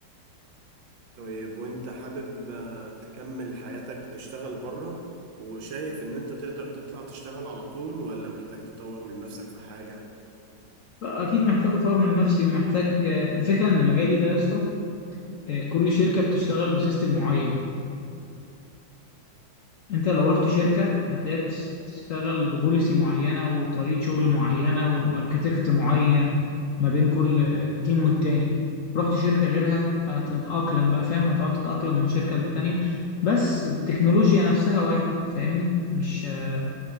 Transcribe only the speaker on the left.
لا اكيد محتاج اطور من نفسي ومحتاج الفكرة ان مجالي ده يا اسطى آه، كل شركة بتشتغل بسيستم معين انت لو رحت شركة هتلاقيها بتس- بتشتغل ببوليسي معينة وطريقة شغل معينة واركتكت معين ما بين كل آه، تيم والتاني رحت شركة غيرها هتتأقلم بقى فاهم هتقعد تتأقلم من شركة للتانية بس التكنولوجيا نفسها واحد فاهمني مش آه،